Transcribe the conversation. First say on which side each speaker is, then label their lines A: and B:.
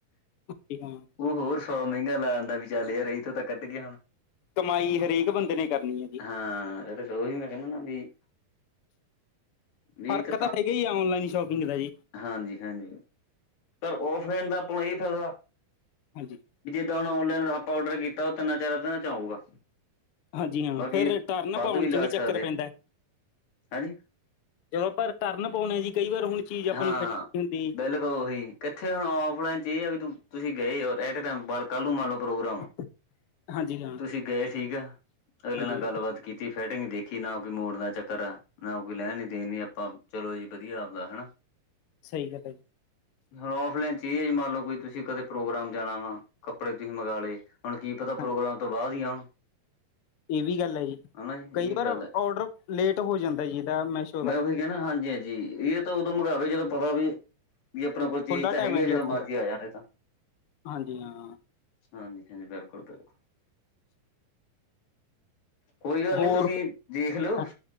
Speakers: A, on the left; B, on the left.
A: ਉਕੇ ਹਾਜੀ
B: ਉਹ ਹੋਰ ਸੌ ਮਹਿੰਗਾ ਲਾ ਦਿੰਦਾ, ਚੱਲ ਯਾਰ ਇਹਦੇ ਤੋ ਕੱਢਿਏ ਹੁਣ
A: ਕਮਾਈ ਹਰੇਕ ਬੰਦੇ ਨੇ ਈ ਕਰਨੀ ਏ ਜੀ।
B: ਹਾਂ, ਇਹਦੇ 'ਚ ਉਹੀ ਮੈਂ ਕਹਿੰਨਾ ਨਾ ਵੀ ਵੀ
A: ਫ਼ਰਕ
B: ਇੱਕ
A: ਤਾਂ ਪੈਗਾ ਈ ਆ। ਔਨਲਾਈਨ ਸ਼ੋਪਿੰਗ ਦਾ ਜੀ।
B: ਹਾਂਜੀ ਹਾਂਜੀ ਪਰ ਔਫਲਾਈਨ ਦਾ ਆਪਾਂ ਨੂੰ ਇਹੀ ਫ਼ਾਇਦਾ
A: ਹਾਂਜੀ।
B: ਵੀ ਜਿੱਦਾਂ ਹੁਣ ਔਨਲਾਈਨ ਆਪਾਂ ਔਡਰ ਕੀਤਾ। ਉਹ ਤਿੰਨਾ-ਚਾਰਾ ਦਿਨਾਂ 'ਚ ਆਊਗਾ।
A: ਹਾਂਜੀ, ਹਾਂ।
B: ਬਾਕੀ
A: ਫਿਰ ਰਿਟਰਨ
B: ਵੱਧ
A: ਪਾਉਣ
B: ਲੱਗ
A: 'ਚ ਵੀ ਚੱਕਰ
B: ਸਕਦੇ
A: ਪੈਂਦਾ।
B: ਹਾਂਜੀ
A: ਜਦੋਂ ਆਪਾਂ ਰਿਟਰਨ ਪਵਾਂਉਣੇ ਆ ਜੀ। ਕਈ ਵਾਰ ਹੁਣ ਚੀਜ਼ ਆਪਾਂ
B: ਹਾਂ,
A: ਨੂੰ ਫਿੱਟ ਨਹੀਂ ਹੁੰਦੀ
B: ਬਿਲ ਉਹੀ, ਕੱਠੇ ਹੋਣ ਔਫਲਾਈਨ 'ਚ ਇਹ ਆ ਵੀ ਤੁਹੀ ਗਏ ਓ। ਐਟੇ-ਟੈਂਮ ਬ ਕੱਲ੍ਹ ਨੂੰ ਮੰਨਲੋ ਪ੍ਰੋਗਰਾਮ ਆ‌
A: <inaudible> ਹਾਂ
B: ਤੁਸੀਂ ਗਏ ਸੀਗਾ। ਅਗਲੇ
A: ਹਾਂਜੀ
B: ਨਾ
A: ਹਾਂ
B: ਗੱਲਬਾਤ ਕੀਤੀ ਫੈਟਿੰਗ ਦੇਖੀ ਨਾ ਹੋ। ਕਿ ਮੋੜ ਦਾ ਚੱਕਰ ਆ। ਨਾ ਕੋਈ ਲੈਣ ਨੀ, ਦੇਣ ਨੀ। ਆਪਾਂ ਚਲੋ ਜੀ, ਵਧੀਆ ਆਪਦਾ ਹਨਾ।
A: ਸਹੀ ਗੱਲ ਐ ਜੀ।
B: ਔਫਲਾਈਨ 'ਚ ਏ ਆ ਜੀ। ਮੰਨਲੋ ਕੋਈ ਤੁਸੀਂ ਕਦੇ ਪ੍ਰੋਗਰਾਮ ਜਾਣਾ ਵਾ। ਕੱਪੜੇ ਤੁਸੀਂ ਮੰਗਾਲੇ ਹੁਣ ਕੀ ਪਤਾ,
A: ਹਾਂ
B: ਪ੍ਰੋਗਰਾਮ ਤੋਂ ਬਾਅਦ ਈ ਆਉਣ।
A: ਇਹ ਵੀ ਗੱਲ ਐ ਜੀ।
B: ਹਨਾ ਜੀ
A: ਕਈ
B: ਇਹ
A: ਵਾਰ
B: ਗੱਲ ਹੈ
A: ਔਡਰ ਲੇਟ ਹੋ ਜਾਂਦਾ ਜੀ ਇਹਦਾ। ਮੈਸ
B: ਮੈਂ ਉਹੀ ਕਹਿਣਾ, ਹਾਂਜੀ-ਹਾਂਜੀ। ਇਹ ਤਾਂ ਉਦੋਂ ਮੰਗਾਵੇ ਜਦੋਂ ਪਤਾ ਵੀ ਵੀ ਆਪਣੇ ਕੋਲ
A: ਖੁੱਲਾ
B: ਚੀਜ਼ ਤਾਂ
A: ਟਾਈਮ
B: ਹੈਗੀ
A: ਹੈ
B: ਆ।
A: ਜੀ
B: ਜਦੋਂ
A: ਆਪਣੇ
B: ਮਰਜ਼ੀ
A: ਦਾ
B: ਆ ਜਾਣ ਇਹ ਤਾਂ।
A: ਹਾਂਜੀ ਹਾਂ
B: ਹਾਂਜੀ। ਕਿਵੇਂ ਬਿਲਕੁਲ-ਬਿਲਕੁਲ। ਕੋਈ ਗੱਲ
A: ਹੋਰ
B: ਨੀ ਤੁਹੀਂ ਦੇਖਲੋ।
A: ਹਾਂ-